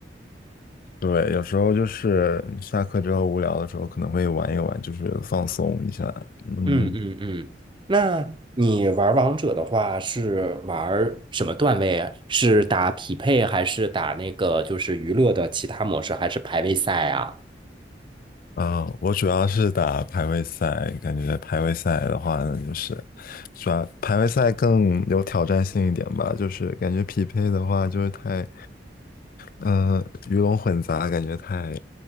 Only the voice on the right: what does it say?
嗯嗯嗯，那你玩儿王者的话是玩儿什么段位啊？是打匹配还是打那个就是娱乐的其他模式，还是排位赛啊？